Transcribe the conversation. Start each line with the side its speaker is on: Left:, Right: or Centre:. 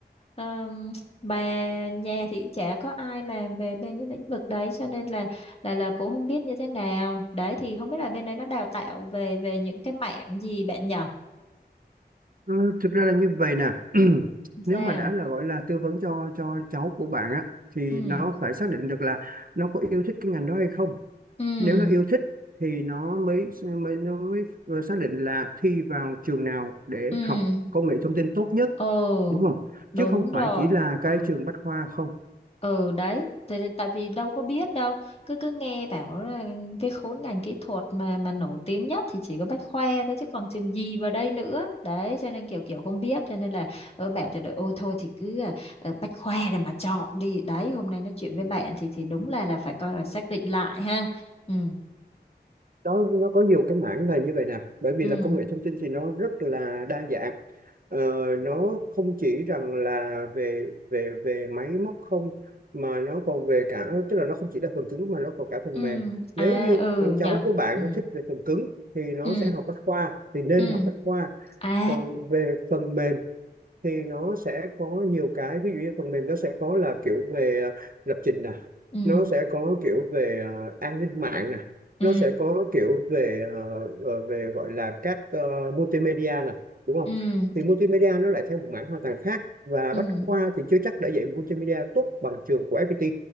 Left: Ờm, bà nhà thì chả có ai làm về bên cái lĩnh vực đấy cho nên là là là cũng không biết như thế nào đấy thì không biết là bên đấy nó đào tạo về về những cái mảng gì bạn nhỉ
Right: Ờ, thực ra là như vậy nè <clears throat> nếu
Left: sao
Right: mà đã là gọi là tư vấn cho cho cháu của bạn á thì
Left: ừ
Right: nó phải xác định được là nó có yêu thích cái ngành đó hay không
Left: ừ
Right: nếu nó yêu thích thì nó mới mới nó mới vừa xác định là thi vào trường nào để
Left: ừ
Right: học công nghệ thông tin tốt nhất
Left: ồ
Right: đúng không
Left: đúng
Right: chứ không
Left: rồi
Right: phải chỉ là cái
Left: ừ
Right: trường Bách Khoa không
Left: ừ đấy tại, tại tại vì đâu có biết đâu cứ cứ nghe bảo là cái khối ngành kỹ thuật mà mà nổi tiếng nhất thì chỉ có Bách Khoa thôi chứ còn trường gì vào đây nữa đấy cho nên kiểu kiểu không biết cho nên là ở bạn thì ôi thôi thì cứ à, à, Bách Khoa rồi mà chọn đi đấy hôm nay nói chuyện với bạn thì thì đúng là là phải coi là xác định lại ha ừ
Right: nó nó có nhiều cái mảng là như vậy nè bởi vì
Left: ừ
Right: là công nghệ thông tin thì nó rất là đa dạng ờ, nó không chỉ rằng là về về về máy móc không mà nó còn về cả tức là nó không chỉ là phần cứng mà nó còn cả phần
Left: ừ
Right: mềm
Left: à
Right: nếu như
Left: ừ
Right: con
Left: nhở
Right: cháu của bạn
Left: ừ
Right: nó thích về phần cứng thì nó
Left: ừ
Right: sẽ học bách khoa thì nên
Left: ừ
Right: học bách khoa
Left: à
Right: còn về phần mềm thì nó sẽ có nhiều cái ví dụ như phần mềm nó sẽ có là kiểu về à, lập trình nè
Left: ừ
Right: nó sẽ có kiểu về à, an ninh mạng nè
Left: ừ
Right: nó sẽ có kiểu về à, ờ, về gọi là các ờ, multimedia nè đúng không
Left: ừ
Right: thì multimedia nó lại theo một mảng hoàn toàn khác và
Left: ừ
Right: Bách Khoa thì chưa chắc đã dạy multimedia tốt bằng trường của FPT